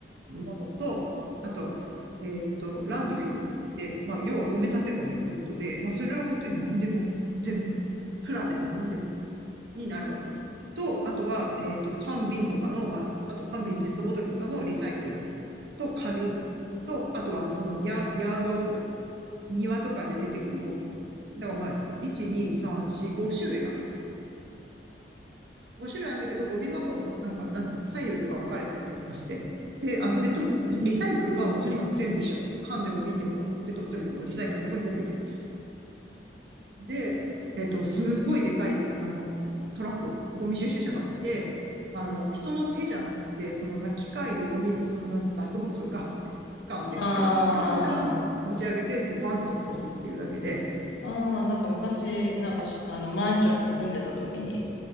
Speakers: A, on the right; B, on the left.
A: ものと、あと、えっと、ランドフィルっつって、まあ、要は埋め立てゴミってことで、まあ、それは本当に何でも、全部、プラでも何でもになるわけよ。と、あとは、えっと、缶瓶とかの、まあ、あと缶瓶ペットボトルとかのリサイクルと紙と、あとはそのヤ、ヤード庭とかで出てくるゴミ。だからまあ、1、2、3、4、5種類あるのか。5種類あるんだけど、ゴミ箱もなんか、なんつうの、左右で分かれてたりとかして。で、あの、ペット、リサイクルはもうとにかく全部一緒。缶でも瓶でもペットボトルでもリサイクルのとこに全部入れ。で、えっと、すごいでかい、あの、トラック、ゴミ収集車が来て、あの、人の手じゃなくて、そのな、機械でゴミ、そのなんとダストボックスをガッて掴んで、
B: あ
A: ガンガンガンって持ち上げて、でバンって落とすっていうだけで、
B: あ、ああ、なんか昔、なんかし、あの、マンションに住んでた時に、